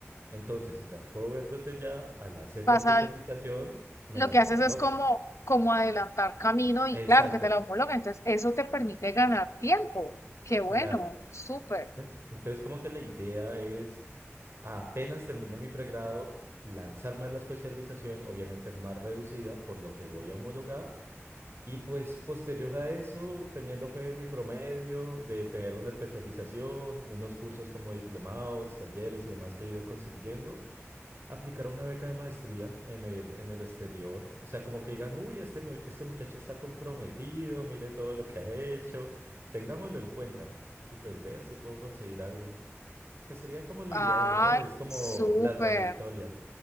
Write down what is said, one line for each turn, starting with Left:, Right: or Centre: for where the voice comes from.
Right: Entonces, si las puedo ver desde ya, al hacer
Left: ¿Pasa
Right: la especialización, me
Left: lo
Right: las
Left: que haces
Right: homologan.
Left: es como, como adelantar camino y
Right: Exacto,
Left: claro que te la homologan. Entonces, eso te permite ganar tiempo. Qué
Right: claro.
Left: bueno, súper.
Right: En- Entonces, como que la idea es, apenas termine mi pregrado, lanzarme a la especialización, obviamente más reducida, por lo que voy a homologar. Y pues posterior a eso, teniendo fe en mi promedio de tener una especialización, unos cursos como diplomados, talleres y demás que he ido construyendo, aplicar una beca de maestría en el, en el exterior. O sea, como que digan, uy, este, mu- este muchacho está comprometido, mire todo lo que ha hecho, tengámoslo en cuenta y pues ver si puedo conseguir algo. Pues sería como lo
Left: Ay,
Right: ideal, ¿no? Es como
Left: súper.
Right: la trayectoria.